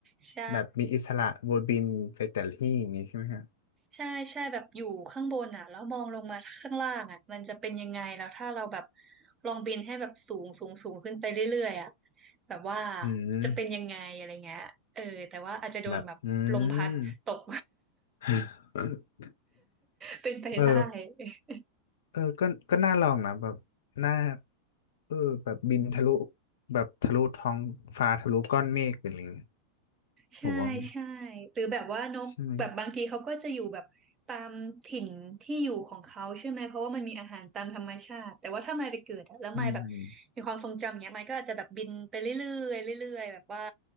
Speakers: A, on the right; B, on the left.
A: ใช่
B: แบบมีอิสระวนบินไปแต่ละที่อย่างนี้ใช่ไหมฮะ
A: ใช่ใช่แบบอยู่ข้างบนอ่ะแล้วมองลงมาข้างล่างอ่ะมันจะเป็นยังไงแล้วถ้าเราแบบลองบินให้แบบสูงสูงสูงขึ้นไปเรื่อยๆอ่ะแบบว่า
B: อืม
A: จะเป็นยังไงอะไรเงี้ยเออแต่ว่าอาจจะโดนแบบลมพัดตก
B: แบบอืม <laughs>
A: เป็นไปได้
B: เออ
A: <laughs>
B: เออก็ก็น่าลองนะแบบน่าเออแบบบินทะลุแบบทะลุท้องฟ้าทะลุก้อนเมฆไปเลย
A: ใช่ใช่
B: ผมว่า
A: หรือแบบว่านกแบบบางทีเขาก็จะอยู่แบบตามถิ่นที่อยู่ของเขาใช่ไหมเพราะว่ามันมีอาหารตามธรรมชาติแต่ว่าถ้ามายไปเกิดอะแล้วมายแบบ
B: ใช่ไหมอืม
A: มีความทรงจำเนี้ยมายก็อาจจะแบบบินไปเรื่อยๆเรื่อยๆแบบว่า